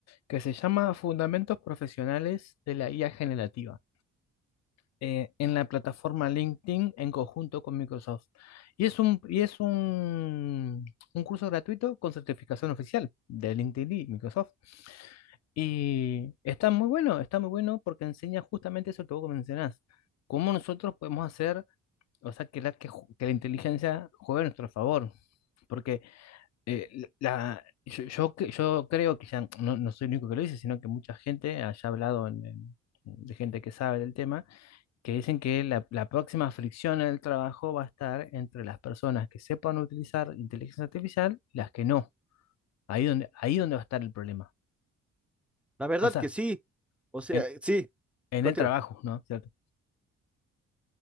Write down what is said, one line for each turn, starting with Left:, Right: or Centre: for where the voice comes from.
Left: que se llama Fundamentos Profesionales de la IA Generativa eh, en la plataforma LinkedIn en conjunto con Microsoft. Y es un, y es un, un curso gratuito con certificación oficial de LinkedIn y Microsoft. Y está muy bueno, está muy bueno porque enseña justamente eso que vos mencionás, cómo nosotros podemos hacer, o sea, que la, que, ju- que la inteligencia juegue a nuestro favor. Porque eh, la, yo, yo, cre- yo creo que ya no, no soy el único que lo dice, sino que mucha gente haya hablado en- en- de gente que sabe del tema, que dicen que la, la próxima fricción en el trabajo va a estar entre las personas que sepan utilizar inteligencia artificial y las que no. Ahí donde, ahí donde va a estar el problema.
Centre: La verdad
Left: O sea,
Centre: que sí. O sea,
Left: en,
Centre: sí.
Left: en
Centre: Continúa.
Left: el trabajo, ¿no? ¿Cierto?